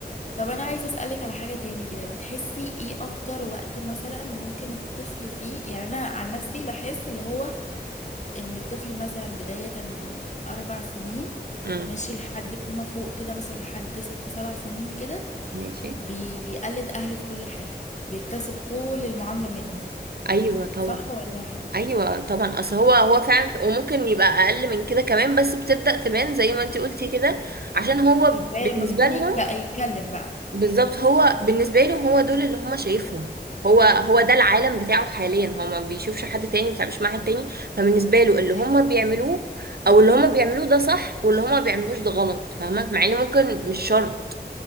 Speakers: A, on the left; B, on the right.
A: طب انا عايزه اسالك على حاجه تاني كده بتحسي ايه اكتر وقت مثلا ممكن الطفل فيه يعني انا عن نفسي بحس اللي هو ان الطفل مثلا بدايه من اربع سنين
B: امم
A: ماشي لحد فيما فوق كده مثلا لحد ست سبع سنين كده
B: ماشي
A: بي بيقلد اهله في كل حاجه بيكتسب كل المعامله منهم
B: ايوه طبعا
A: صح ولا
B: ايوه طبعا اصل هو هو فعلا ف- وممكن يبقى اقل من كده كمان بس بتبدأ تبان زي ما انتي قلتي كده عشان هو
A: بقى
B: بالنسبة
A: لما بيبتدي
B: لهم
A: يتك- يتكلم بقى
B: بالظبط هو بالنسبة لهم هو دول اللي هم شايفهم هو هو ده العالم بتاعه حاليا هو ما بيشوفش حد تاني ما بيتعاملش مع حد تاني فبالنسبة له اللي
A: أيوه
B: هم بيعملوه او اللي هم بيعملوه ده صح واللي هم ما بيعملوش ده غلط فاهمة مع ان ممكن مش شرط